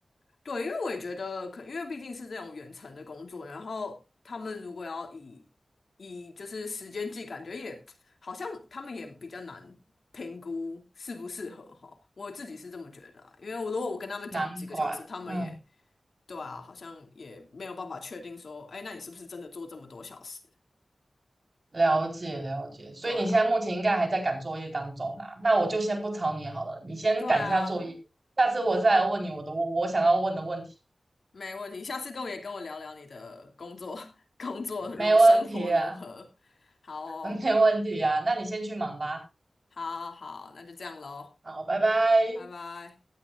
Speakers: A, on the left (about 75°); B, on the right (about 55°).
A: 对，因为我也觉得可，因为毕竟是这种远程的工作，然后他们如果要以以就是时间计，感觉也好像他们也比较难评估适不适合哈。我自己是这么觉得啊，因为我如果我跟他们讲几个小时，
B: 难怪，
A: 他们也
B: 嗯。
A: 对啊，好像也没有办法确定说，哎，那你是不是真的做这么多小时？
B: 了解了解，所以你现在目前应该还在赶作业当中啊，
A: 对啊，
B: 那我就先不吵你好了，你先赶一下作业，
A: 对啊，
B: 下次我再来问你我的我我想要问的问题，
A: 没问题。下次跟我也跟我聊聊你的工作，<laughs> 工作如生活如何？
B: 没问题啊，
A: 好哦。
B: <laughs> 没问题啊，那你先去忙吧，
A: 好好，那就这样喽，
B: 好，拜拜。
A: 拜拜。